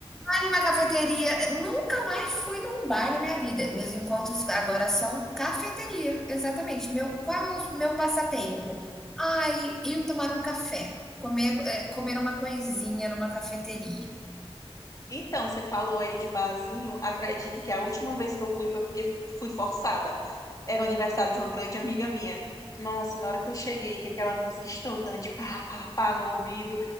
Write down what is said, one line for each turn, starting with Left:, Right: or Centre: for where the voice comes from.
Centre: em uma cafeteria, nunca mais fui num bar na minha vida. Meus encontros agora são cafeteria, exatamente. Meu, qual é o meu passatempo? Ai, ir tomar um café, comer, eh, comer uma coisinha numa cafeteria.
Left: Então, você falou aí de barzinho. Acredito que a última vez que eu fui foi porque fui forçada. era o aniversário de uma grande amiga minha. Nossa, na hora que eu cheguei, que aquela música estrondante, pá, pá, pá, no ouvido.